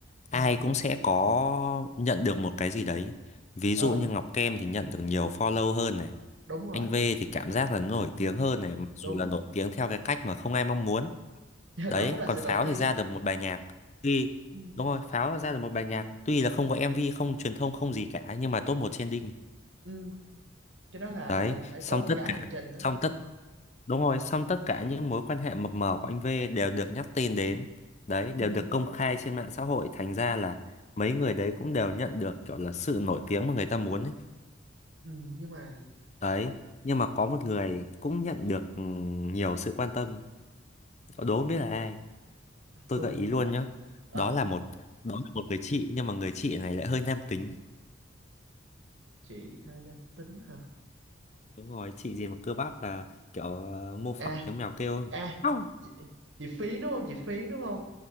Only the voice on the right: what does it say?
ừ
ờ
đúng rồi
đúng
<laughs>
đó cũng là
sự
nổi tiếng
ừ
ừ cái đó là
phải
tốn
cả
hành trình đó
ừ
ừ nhưng mà
tôi
không
ờ
chị hơi nam tính hả
à
à
chị, chị Phiến đúng không chị Phiến đúng không